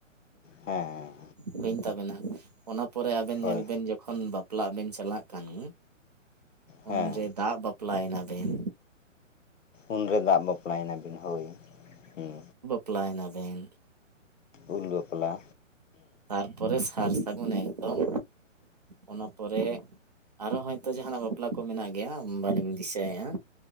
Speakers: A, on the left; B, on the right.
A: ᱦᱮᱸ᱾
B: ᱦᱩᱭᱮᱱ ᱛᱟᱵᱮᱱᱟ, ᱚᱱᱟ ᱯᱚᱨᱮ ᱟᱵᱮᱱ ᱧᱮᱞ
A: ᱦᱳᱭ
B: ᱵᱮᱱ ᱡᱚᱠᱷᱚᱱ ᱵᱟᱯ ᱯᱞᱟᱜ ᱵᱮᱱ ᱪᱟᱞᱟᱜ ᱠᱟᱱᱟ,
A: ᱦᱮᱸ
B: ᱩᱱᱨᱮ ᱫᱟᱜ ᱵᱟᱯᱞᱟᱭᱮᱱᱟ ᱵᱮᱱ᱾
A: ᱩᱱᱨᱮ ᱫᱟᱜ ᱵᱟᱯᱞᱟᱭᱮᱱᱟ ᱵᱤᱱ ᱦᱳᱭ, ᱦᱩᱸ᱾
B: ᱯᱞᱟᱭᱮᱱᱟ ᱵᱮᱱ᱾
A: ᱩᱞ ᱵᱟᱯᱞᱟ᱾
B: ᱛᱟᱯᱚᱨᱮ ᱥᱟᱨ ᱥᱟᱹᱜᱩᱱ ᱮᱠᱫᱚᱢ, ᱚᱱᱟ ᱯᱚᱨᱮ ᱟᱨ ᱦᱚᱭᱛᱚ ᱡᱟᱦᱟᱱᱟᱜ ᱵᱟᱯᱞᱟ ᱠᱚ ᱢᱮᱱᱟᱜ ᱜᱮᱭᱟ ᱵᱟᱹᱞᱤᱧ ᱫᱤᱥᱟᱹᱭᱮᱜ-ᱟ᱾